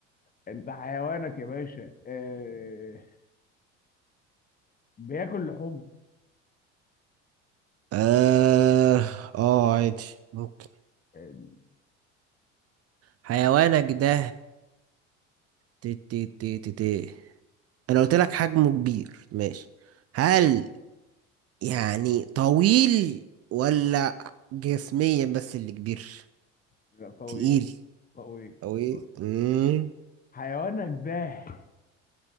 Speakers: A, on the left; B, on the right.
A: انت حيوانك يا باشا إيه بياكل لحوم
B: اه اه عادي ممكن
A: ال-
B: حيوانك ده تي تي تي تي تي. انا قلت لك حجمه كبير ماشي هل يعني طويل ولا جسميا بس اللي كبير
A: لا طويل
B: تقيل
A: طويل
B: او ايه
A: طويل.
B: امم
A: حيوانك ده